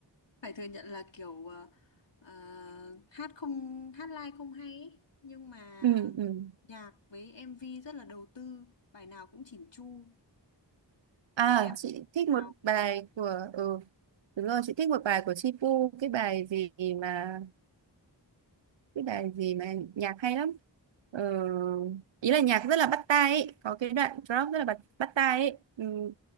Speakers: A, on the left (about 80°); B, on the right (about 85°).
A: Phải thừa nhận là kiểu à, à, hát không hát live không hay ấy. Nhưng mà
B: ừ, ừ.
A: nhạc với MV rất là đầu tư, bài nào cũng chỉn chu.
B: À,
A: Kiểu em
B: chị
A: lúc
B: thích
A: nào
B: một bài của ừ, đúng rồi chị thích một bài của Chi Pu cái bài gì mà cái bài gì mà nhạc hay lắm ờ, ý là nhạc rất là bắt tai ấy có cái đoạn drop rất là bắt bắt tai ấy ừ,